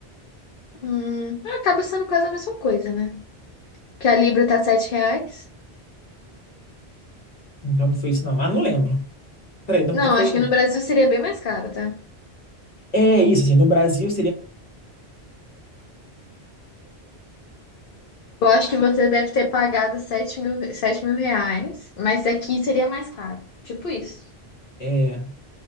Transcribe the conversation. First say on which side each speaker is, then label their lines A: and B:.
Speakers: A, on the left; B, on the left.
A: Hum, é, acaba sendo quase a mesma coisa, né? Que a Libra tá sete reais.
B: Então não foi isso, não. Ah, não lembro. Peraí, não,
A: Não,
B: não foi.
A: acho que no Brasil seria bem mais caro, tá?
B: É isso, assim, no Brasil
A: Eu acho que você deve ter pagado sete mil, sete mil reais, mas aqui seria mais caro. Tipo isso.
B: É,